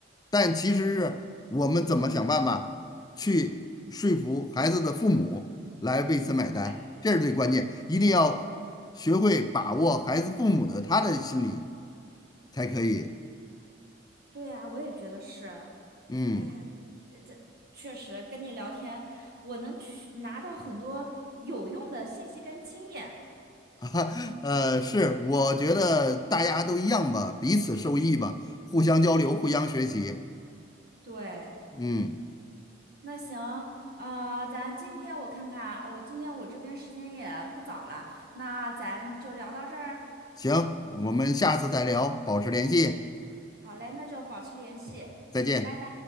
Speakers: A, on the left; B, on the right.
A: 但其实是我们怎么想办法去说服孩子的父母来为此买单，
B: 对
A: 这是最关键，一定要学会把握孩子父母的他的心理才可以。
B: 对啊，我也觉得是。
A: 嗯。
B: 哎呀，确实跟你聊天，我能去拿到很多有用的信息跟经验。
A: <laughs> 呃，是，我觉得大家都一样吧，彼此受益吧，互相交流，互相学习。
B: 对，
A: 嗯，
B: 那行，呃，咱今天我看看啊，哦，今天我这边时间也不早了，那咱就聊到这儿。
A: 行，我们下次再聊，保持联系，
B: 好嘞，那就保持联系，
A: 再见。
B: 拜拜。